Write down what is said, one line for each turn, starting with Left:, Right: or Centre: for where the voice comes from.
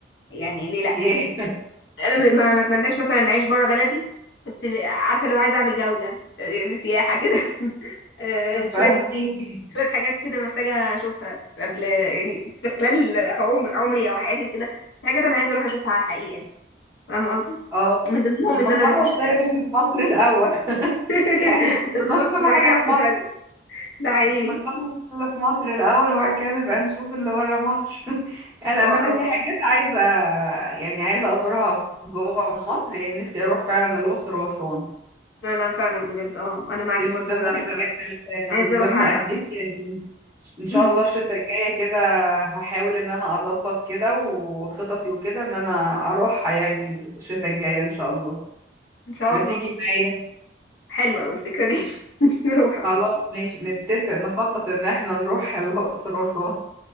Left: يعني ليه لا
Right: ياه
Left: انا م- ما ما اتمناش مثلا ان اعيش بره بلدي بس ب- عارفة لو عايزة اعمل جولة آه، يعني سياحة كده <laughs> آه،
Right: <laughs>
Left: شوية
Right: فاهميكي
Left: شوية حاجات كده محتاجة اشوفها قبل يعني في خلال عمر عمري او حياتي كده في حاجات انا عايزة اروح اشوفها على الحقيقة فاهمة قصدي
Right: اه
Left: من ضمنهم
Right: ما
Left: ان
Right: نخلص
Left: انا اروح أش...
Right: زي اللي في مصر الاول <laughs>
Left: <laughs>
Right: يعني ما
Left: بالظبط
Right: كناش كل
Left: معاك
Right: حاجة
Left: حق
Right: في مصر
Left: فعلا. ده حقيقي
Right: نخلص اللي في مصر الأول وبعد كده نبقى نشوف اللي بره مصر <laughs> يعني للأمانة
Left: آه، آه، والله
Right: في حاجات عايزة يعني عايزة أزورها في جوه مصر يعني نفسي أروح فعلا الأقصر وأسوان
Left: فعلا فعلا بجد اه انا معاكي
Right: دي من
Left: برضو
Right: ضمن
Left: عايزه
Right: الحاجات اللي
Left: عايزه
Right: من
Left: اروح
Right: ضمن أهدافي
Left: أ-
Right: يعني إن شاء
Left: امم
Right: الله الشتاء الجاية كده هحاول إن أنا أظبط كده وخططي وكده إن أنا أروحها يعني الشتاء الجاية إن شاء الله
Left: ان شاء
Right: ما
Left: الله
Right: تيجي معايا
Left: حلوه قوي الفكره دي <laughs> نروح
Right: خلاص ماشي نتفق نخطط إن إحنا نروح الأقصر وأسوان